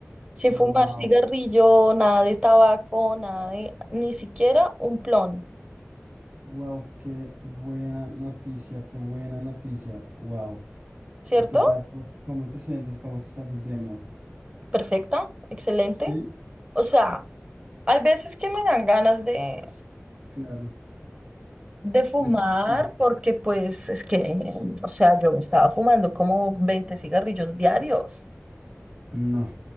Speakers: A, on the right (about 25°); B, on the right (about 45°).
A: Sin
B: Wow,
A: fumar cigarrillo, nada de tabaco, nada de, ni siquiera un plon,
B: wow, qué buena noticia, qué buena noticia, wow.
A: ¿cierto?
B: ¿Y qué tal? ¿Cómo cómo te sientes? ¿Cómo te estás sintiendo?
A: Perfecta, excelente.
B: Sí,
A: O sea, hay veces que me dan ganas de,
B: claro.
A: De fumar,
B: De fumar.
A: porque pues es que, o sea, yo me estaba fumando como 20 cigarrillos diarios.
B: No.